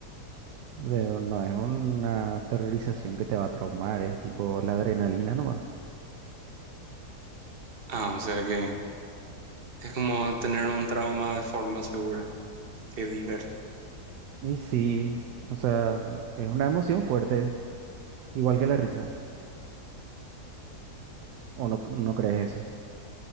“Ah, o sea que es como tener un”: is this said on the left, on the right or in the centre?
Right